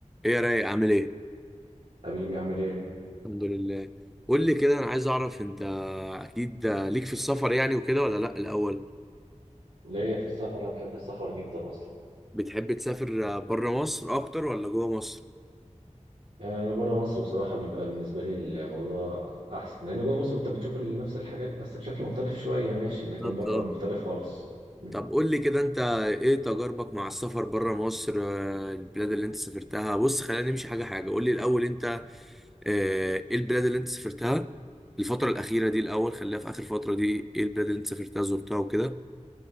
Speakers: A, in the centre; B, on the right (about 75°).
A: ايه يا رايق عامل ايه
B: حبيبي عامل ايه؟
A: الحمد لله قول لي كده انا عايز اعرف انت اكيد ليك في السفر يعني وكده ولا لا الاول
B: وليا في السفر انا بحب السفر جدا اصلا
A: بتحب تسافر بره مصر اكتر ولا جوه مصر
B: يعني بره مصر بصراحة بيبقى بالنسبة لي الموضوع أحسن لأن جوه مصر أنت بتشوف ال- نفس الحاجات بس بشكل مختلف شوية ماشي لكن
A: بالظبط
B: بره
A: اه
B: مختلف خالص م.
A: طب قول لي كده انت ايه تجاربك مع السفر بره مصر آه، البلاد اللي انت سافرتها بص خلينا نمشي حاجه حاجه قول لي الاول انت آه، ايه البلاد اللي انت سافرتها الفتره الاخيره دي الاول خليها في اخر فتره دي ايه البلاد اللي انت سافرتها زرتها وكده